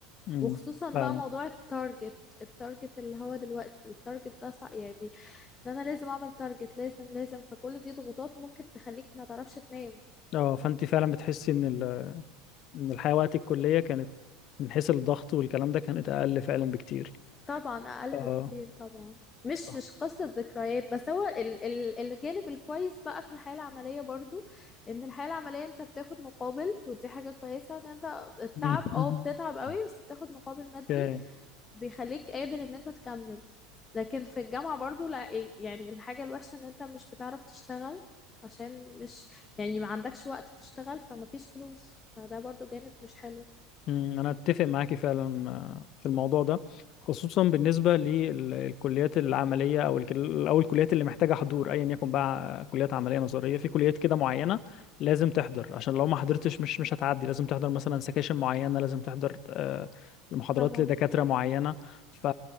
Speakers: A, on the left (about 45°); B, on the left (about 25°).
A: مم.
B: وخصوصا
A: فعلا
B: بقى موضوع التارجت التارجت اللي هو دلوقتي التارجت ده صع- يعني ده انا لازم اعمل تارجت لازم لازم فكل دي ضغوطات ممكن تخليك ما تعرفش تنام
A: اه فانت فعلا بتحسي ان ال... ان الحياه وقت الكليه كانت من حيث الضغط والكلام ده كانت اقل فعلا بكتير
B: طبعا اقل
A: اه
B: بكتير طبعا مش
A: صح
B: مش قصة ذكريات بس هو ال ال الجانب الكويس بقى في الحياة العملية برضو ان الحياة العملية انت بتاخد مقابل ودي حاجة كويسة ان انت التعب
A: مم.
B: اه بتتعب قوي
A: <laughs>
B: بس بتاخد مقابل مادي
A: اوكي
B: بيخليك قادر ان انت تكمل لكن في الجامعة برضو لا إيه، يعني الحاجة الوحشة ان انت مش بتعرف تشتغل عشان مش يعني ما عندكش وقت تشتغل فما فيش فلوس فده برضو جانب مش حلو
A: مم، أنا أتفق معاكي فعلا آه، في الموضوع ده خصوصا بالنسبة للكليات العملية أو الكل- أو الكليات اللي محتاجة حضور أيا يكن بقى آه، كليات عملية نظرية في كليات كده معينة لازم تحضر عشان لو ما حضرتش مش مش هتعدي لازم تحضر مثلا سكاشن معينة لازم تحضر آه، محاضرات
B: طبعا
A: لدكاترة معينة ف...